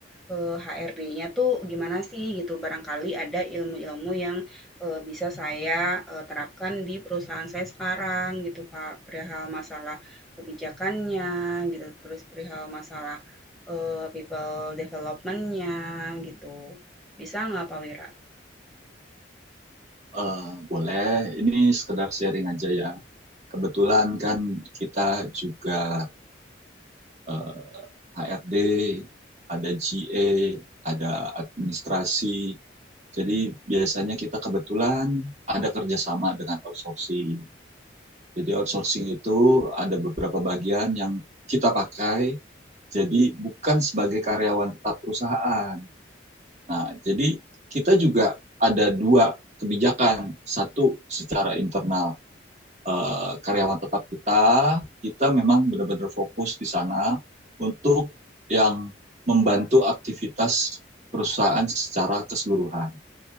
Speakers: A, in the centre; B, on the right.
A: eh, HRD-nya tuh gimana sih gitu. Barangkali ada ilmu-ilmu yang eh, bisa saya eh, terapkan di perusahaan saya sekarang gitu Pak. Perihal masalah kebijakannya gitu, terus perihal masalah eh, people development-nya gitu. Bisa nggak Pak Wira?
B: Eh, boleh. Ini sekedar sharing aja ya. Kebetulan kan kita juga eh, HRD, ada GA, ada administrasi. Jadi biasanya kita kebetulan ada kerjasama dengan outsourcing. Jadi outsourcing itu ada beberapa bagian yang kita pakai, jadi bukan sebagai karyawan tetap perusahaan. Nah, jadi kita juga ada dua kebijakan. Satu secara internal, eh, karyawan tetap kita, kita memang benar-benar fokus di sana untuk yang membantu aktivitas perusahaan secara keseluruhan.